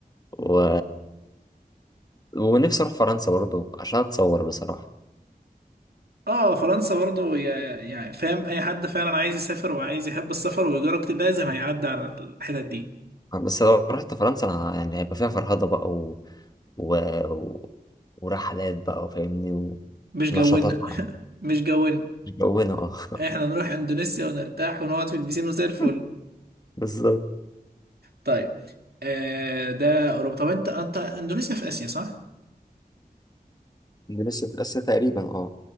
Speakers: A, on the left (about 25°); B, on the right (about 85°).
A: و... ونفسي اروح فرنسا برضو عشان اتصور بصراحة
B: اه فرنسا برضو يا- يعني فاهم اي حد فعلا عايز يسافر وعايز يحب السفر ويجرب كده لازم هيعدي على الحتت دي
A: بس لو رحت فرنسا انا يعني هيبقى فيها فرهضة بقى و... و... و... ورحلات بقى فاهمني
B: مش جونا
A: ونشاطات عامة.
B: <laughs> مش جونا
A: مش جونا اه
B: احنا نروح اندونيسيا ونرتاح ونقعد في البيسين وزي الفل
A: <laughs> بالظبط
B: طيب آه ده اوروبا طب انت انت اندونيسيا في اسيا صح؟
A: دي لسه في آسيا تقريبا اه